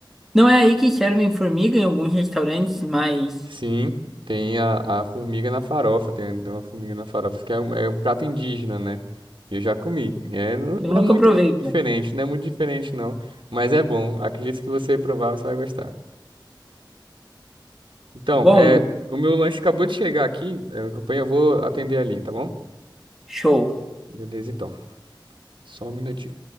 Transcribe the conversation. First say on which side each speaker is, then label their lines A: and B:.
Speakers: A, in the centre; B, on the right (about 80°).
A: Não é aí que servem formiga em alguns restaurantes, mas
B: Sim, tem a, a formiga na farofa, tem uma formiga na farofa, que é um, é um prato indígena, né? Eu já comi. E É, não
A: eu
B: não
A: nunca
B: é muito
A: provei,
B: diferente,
A: né?
B: não é muito diferente não, mas é bom. Acredito que você provar, você vai gostar. Então,
A: Bom,
B: é, o meu lanche acabou de chegar aqui, é, campanha, eu vou atender ali, tá bom?
A: show.
B: Beleza, então. Só um minutinho.